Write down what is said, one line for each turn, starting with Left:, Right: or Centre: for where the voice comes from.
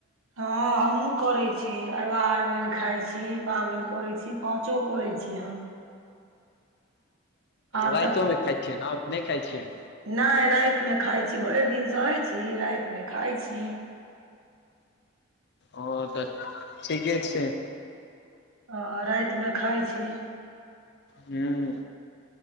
Right: हँ हमहुँ कऽरैय छी अरबा अरबाइन खाइ छी पाबनि कऽरैय छी पा चो कऽ रैय छी अहाँ। आब
Left: रैतोमे खाइ छियै नऽ कि नहि खाइ छियै।
Right: नई राइत में खाय छी भरि दिन सऽहै छी राइत मे खाय छी।
Left: ओ तऽ ठीके छै।
Right: आ राति मे खाय छी।
Left: हुं।